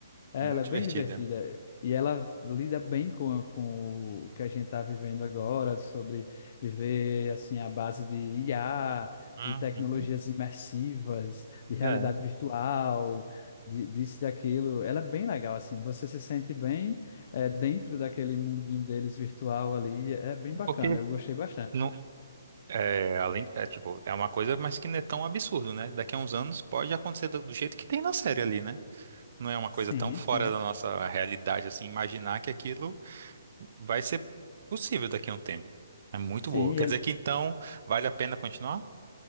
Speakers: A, on the left (about 45°); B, on the right (about 55°).
A: É,
B: Muito
A: ela é bem
B: divertida.
A: divertida e ela lida bem com, com o que a gente está vivendo agora, sobre viver assim à base de IA,
B: Uhum.
A: de tecnologias imersivas, de realidade
B: É,
A: virtual, de, disso e daquilo. Ela é bem legal, assim, você se sente bem é, dentro daquele mundinho deles virtual ali, é bem bacana,
B: porque
A: eu gostei bastante.
B: não, é, além, é, tipo, é uma coisa, mas que não é tão absurdo, né? Daqui a uns anos pode acontecer do, do jeito que tem na série ali, né? Não é uma coisa
A: Sim,
B: tão fora
A: sim.
B: da nossa realidade, assim, imaginar que aquilo vai ser possível daqui a um tempo. É muito
A: Sim,
B: boa.
A: e
B: Quer
A: ele.
B: dizer que então vale a pena continuar?